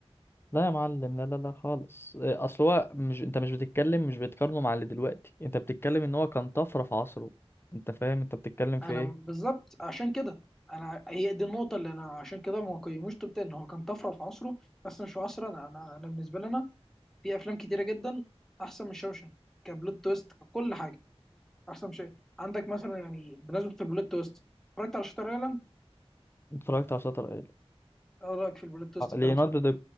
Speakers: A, on the left (about 20°); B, in the centre.
A: لا يا معلم لا لا لا خالص إيه، اصل هو مش انت مش بتتكلم مش بتقارنه مع اللي دلوقتي انت بتتكلم ان هو كان طفره في عصره انت فاهم انت بتتكلم في
B: انا
A: ايه
B: بالظبط عشان كده انا هي دي النقطه اللي انا عشان كده ما قيموش توب 10 هو كان طفره في عصره بس مش في عصرنا انا انا بالنسبه لنا في افلام كتيره جدا احسن من شوشنك كبلوت تويست ككل حاجه احسن شيء عندك مثلا يعني بمناسبه البلوت تويست اتفرجت على شاتر ايلاند
A: اتفرجت على شاتر ايلاند
B: ايه رايك في البلوت تويست
A: آه، ليوناردو
B: بتاعته
A: دي